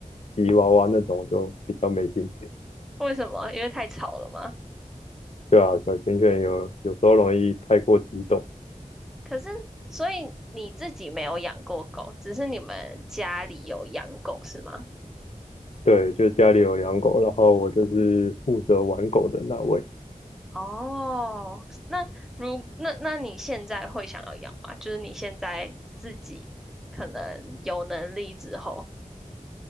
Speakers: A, on the left; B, in the centre.
A: 吉娃娃那种就比较没兴趣。
B: 为什么？因为太吵了吗？
A: 对啊，小型犬有有时候容易太过激动。
B: 可是，所以你自己没有养过狗，只是你们家里有养狗，是吗？
A: 对，就家里有养狗，然后我就是负责玩狗的那位。
B: 哦，那如那那你现在会想要养吗？就是你现在自己可能有能力之后，